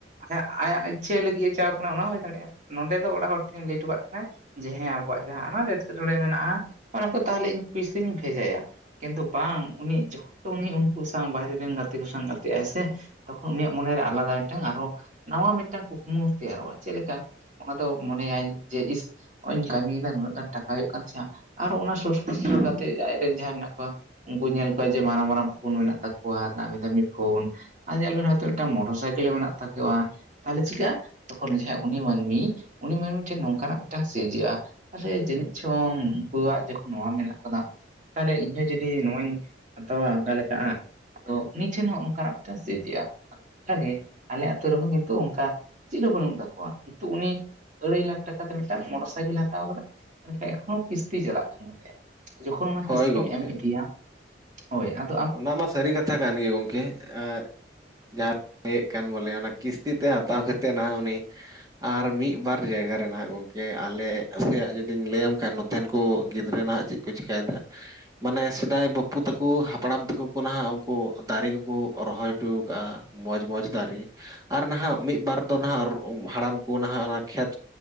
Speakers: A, on the right (about 40°); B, on the right (about 20°).
A: ᱟᱭ ᱟᱭᱟᱜ ᱤᱪᱪᱷᱟᱹ ᱞᱟᱹᱜᱤᱫ ᱮ ᱪᱟᱣ ᱠᱟᱱᱟ ᱚᱱᱟ ᱦᱚᱸ ᱦᱩᱭ ᱫᱟᱲᱮᱭᱟᱜᱼᱟ᱾ ᱱᱚᱸᱰᱮ ᱫᱚ ᱚᱲᱟᱜ ᱦᱚᱲ ᱴᱷᱮᱱ ᱞᱟᱹᱭ ᱴᱚ ᱠᱟᱜ ᱠᱟᱱᱟᱭ ᱡᱮ ᱦᱮᱸ ᱟᱵᱚᱣᱟᱜ ᱡᱟᱦᱟᱸ ᱟᱱᱟᱴ ᱮᱸᱴᱠᱮᱴᱚᱬᱮ ᱢᱮᱱᱟᱜᱼᱟ, ᱚᱱᱟ ᱠᱚ ᱛᱟᱦᱚᱞᱮ ᱤᱧ ᱯᱩᱭᱥᱟᱹᱧ ᱵᱷᱮᱡᱟᱭᱟ᱾ ᱠᱤᱱᱛᱩ ᱵᱟᱝ ᱩᱱᱤ ᱡᱚᱠ ᱩᱱᱤ ᱩᱱᱠᱩ ᱥᱟᱶ ᱵᱟᱭᱨᱮ ᱨᱮᱱ ᱜᱟᱛᱮ ᱠᱚ ᱥᱟᱶ ᱜᱟᱛᱮᱜᱼᱟᱭ ᱥᱮ, ᱛᱚᱠᱷᱚᱱ ᱩᱱᱤᱭᱟᱜ ᱢᱚᱱᱮᱨᱮ ᱟᱞᱟᱫᱟ ᱢᱤᱫᱴᱟᱝ ᱟᱨᱦᱚᱸ ᱱᱟᱣᱟ ᱢᱤᱜᱴᱟᱝ ᱠᱩᱠᱢᱩ ᱛᱮᱭᱟᱨᱚᱜᱼᱟ᱾ ᱪᱮᱜ ᱞᱮᱠᱟ ᱚᱱᱟ ᱫᱚ ᱢᱚᱱᱮᱭᱟᱭ ᱡᱮ ᱤᱥ ᱦᱚᱜᱼᱚᱭ ᱤᱧ ᱠᱟᱹᱢᱤᱭᱮᱫᱟ ᱱᱩᱱᱟᱹᱜ ᱜᱟᱱ ᱴᱟᱠᱟ ᱦᱩᱭᱩᱜ ᱠᱟᱱ ᱛᱤᱧᱼᱟ, ᱟᱨᱚ ᱚᱱᱟ ᱥᱳᱨ ᱥᱳᱯᱳᱨ ᱜᱟᱛᱮ ᱟᱡᱨᱮᱱ ᱡᱟᱦᱟᱸᱭ ᱢᱮᱱᱟᱜ ᱠᱚᱣᱟ, ᱩᱱᱠᱩ ᱧᱮᱞ ᱠᱚᱣᱟ ᱡᱮ ᱢᱟᱨᱟᱝ ᱢᱟᱨᱟᱝ ᱯᱷᱳᱱ ᱢᱮᱱᱟᱜ ᱛᱟᱠᱚᱣᱟ, ᱫᱟᱢᱤ ᱫᱟᱢᱤ ᱯᱷᱳᱱ, ᱟᱫᱚ ᱧᱮᱞ ᱵᱤᱱ ᱦᱚᱭᱛᱳ ᱢᱤᱫᱴᱟᱝ ᱢᱚᱴ ᱴᱚᱨ ᱥᱟᱭᱠᱮᱞ ᱢᱮᱱᱟᱜ ᱛᱟᱠᱚᱣᱟ᱾ ᱛᱟᱦᱞᱮ ᱪᱤᱠᱟᱹᱜᱼᱟ? ᱛᱚᱠᱷᱚᱱ ᱡᱟᱦᱟᱸᱭ ᱩᱱᱤ ᱢᱟᱹᱱᱢᱤ ᱩᱱᱤ ᱢᱟᱹᱱᱢᱤ ᱴᱷᱮᱱ ᱱᱚᱝᱠᱟᱱᱟᱜ ᱢᱤᱫᱴᱟᱱ ᱥᱤᱨᱡᱟᱹᱜᱼᱟ, ᱛᱟᱞᱦᱮ ᱡᱟᱹᱱᱤᱡ ᱪᱚᱝ ᱩᱱᱠᱩᱣᱟᱜ ᱡᱚᱠᱷᱚᱱ ᱱᱚᱣᱟ ᱢᱮᱱᱟᱜ ᱠᱟᱫᱟ ᱛᱟᱦᱞᱮ ᱤᱧᱦᱚᱸ ᱡᱩᱚᱫᱤ ᱱᱚᱣᱟᱧ ᱦᱟᱛᱟᱣᱟ ᱚᱠᱟ ᱞᱮᱠᱟᱜᱼᱟ ᱟᱫᱚ ᱩᱱᱤ ᱴᱷᱮᱱ ᱦᱚᱸ ᱚᱱᱠᱟᱱᱟᱜ ᱢᱤᱫᱴᱮᱱ ᱥᱤᱡᱟᱹᱜᱼᱟ᱾ ᱚᱱᱠᱟᱜᱮ ᱟᱞᱮ ᱟᱛᱳ ᱨᱮᱦᱚᱸ ᱠᱤᱱᱛᱩ ᱚᱱᱠᱟ ᱪᱮᱜ ᱦᱚᱸ ᱵᱟᱹᱱᱩᱜ ᱛᱟᱠᱚᱣᱟ ᱠᱤᱱᱛᱩ ᱩᱱᱤ ᱟᱹᱲᱟᱹᱭ ᱞᱟᱠᱷ ᱴᱟᱠᱟ ᱛᱮ ᱢᱤᱫᱴᱟᱝ ᱢᱚᱴᱚᱨ ᱥᱟᱭᱠᱮᱞᱮ ᱦᱟᱛᱟᱣ ᱠᱟᱫᱟ᱾ ᱢᱮᱱᱠᱷᱟᱱ ᱮᱠᱷᱚᱱᱳ ᱠᱤᱥᱛᱤ ᱪᱟᱞᱟᱜ ᱠᱟᱱ ᱜᱮᱛᱟᱭᱟ᱾ ᱡᱚᱠᱷᱚᱱ ᱚᱱᱟ
B: ᱦᱳᱭ
A: ᱠᱤᱥᱛᱤᱢ
B: ᱜᱚᱝᱠᱮ
A: ᱮᱢ ᱤᱫᱤᱭᱟ ᱦᱳᱭ ᱟᱫ
B: ᱚᱱᱟ ᱢᱟ ᱥᱟᱹᱨᱤ ᱠᱟᱛᱷᱟ ᱠᱟᱱ ᱜᱮ ᱜᱚᱝᱠᱮ᱾ ᱮᱸᱜ ᱡᱟᱦᱟᱸ ᱤᱭᱟᱹᱜ ᱠᱟᱱ ᱵᱚᱞᱮ ᱚᱱᱟ ᱠᱤᱥᱛᱤ ᱛᱮ ᱦᱟᱛᱟᱣ ᱠᱟᱛᱮᱫ ᱱᱟᱦᱟᱜ ᱩᱱᱤ ᱟᱨ ᱢᱤᱜ ᱵᱟᱨ ᱡᱟᱭᱜᱟ ᱨᱮᱱᱟᱜ ᱜᱚᱝᱠᱮ ᱟᱞᱮ ᱥᱮᱭᱟᱜ ᱡᱩᱫᱤᱧ ᱞᱟᱹᱭᱟᱢ ᱠᱷᱟᱱ ᱱᱚᱛᱮᱱ ᱠᱩ ᱜᱤᱫᱽᱨᱟᱹ ᱱᱟᱦᱟᱜ ᱪᱮᱜ ᱠᱚ ᱪᱤᱠᱟᱹᱭᱮᱫᱟ ᱢᱟᱱᱮ ᱥᱮᱫᱟᱭ ᱵᱟᱹᱵᱩ ᱛᱟᱠᱚ ᱦᱟᱯᱲᱟᱢ ᱛᱟᱠᱚ ᱠᱟ ᱱᱟᱦᱟᱜ ᱩᱱᱠᱩ ᱫᱟᱨᱮ ᱠᱚᱠᱚ ᱨᱚᱦᱚᱭᱴᱚ ᱟᱠᱟᱜᱼᱟ ᱢᱚᱡᱽ ᱢᱚᱡᱽ ᱫᱟᱨᱮ ᱟᱨ ᱱᱟᱦᱟᱜ ᱢᱤᱜᱵᱟᱨ ᱫᱚ ᱱᱟᱦᱟᱜ ᱦᱟᱲᱟᱢ ᱠᱚ ᱱᱟᱦᱟᱜ ᱚᱱᱟ ᱠᱷᱮᱛ